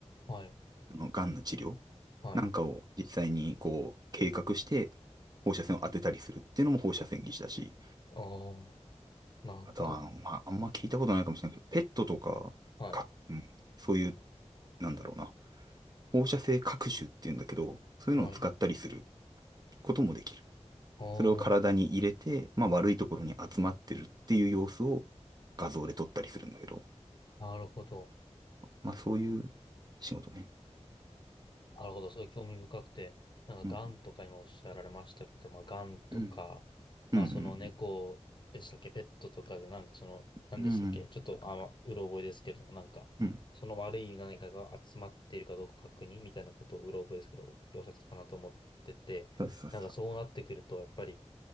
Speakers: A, on the left; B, on the right.
A: はい、
B: あの、癌の治療
A: はい。
B: なんかを実際にこう、計画して、放射線を当てたりするっていうのも放射線技師だし、
A: ああ、なるほど。
B: あとは、あのまあ、あんま聞いたことないかもしれないけど、ペットとか、
A: はい、
B: か、うん、そういう、なんだろうな、放射性核種っていうんだけど、そういうのを使ったりする
A: はい。
B: こともできる。
A: あ
B: それを体に入れて、まあ悪いところに集まってるっていう様子を画像で撮ったりするんだけど、
A: あ、なるほど。
B: まあそういう仕事ね。
A: なるほど。すごい興味深くて、なんか、
B: うん。
A: ガンとか今おっしゃられましたけど、まあ、ガンとか、
B: うん。
A: まあ、
B: うん。うん。
A: その猫でしたっけ、ペットとかで、なんかその、何でしたっけ、
B: うん。うん。
A: ちょっと、あの、うろ覚えですけれども、なんか、
B: うん
A: その悪い何かが集まっているかどうか確認みたいなことをうろ覚えですけど、おっしゃってたかなと思ってて、
B: そうそうそう
A: なんかそうなってくると、やっぱり、